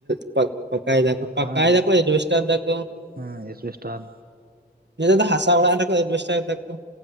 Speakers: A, on the right; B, on the right.
A: <inaudible> ᱯᱟᱠᱟᱭ ᱫᱟᱠᱚ
B: ᱯᱟᱠᱟ
A: ᱯᱟᱠᱟᱭ
B: ᱟᱨ
A: ᱫᱟᱠᱚ ᱮᱡᱵᱮᱥᱴᱟᱨ ᱫᱟᱠᱚ
B: ᱦᱮᱸ ᱮᱥᱵᱮᱥᱴᱟᱨ
A: <inaudible> ᱫᱟ ᱦᱟᱥᱟ ᱚᱲᱟᱜ ᱨᱮᱦᱚᱸ ᱠᱚ ᱮᱡᱵᱮᱥᱴᱟᱨ ᱫᱟᱠᱚ